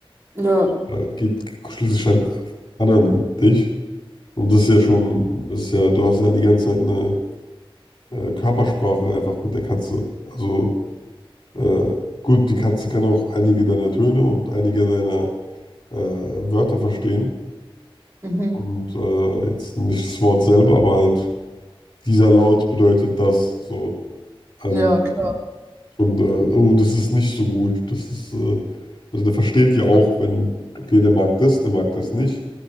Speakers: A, on the right (about 25°); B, on the left (about 50°).
A: Ja,
B: äh, geht, kuschelt sich halt an an dich. Und das ist ja schon, das ist ja, du hast ja die ganze Zeit eine äh, Körpersprache einfach mit der Katze. Also äh, gut, die Katze kann auch einige deiner Töne und einige deiner äh, Wörter verstehen.
A: mhm.
B: Und äh, jetzt nicht das Wort selber, aber halt. dieser Laut bedeutet das. So. Ähm,
A: Ja, klar.
B: und, äh, oh, das ist nicht so gut. Das ist, äh, also der versteht ja auch, wenn, okay, der mag das, der mag das nicht.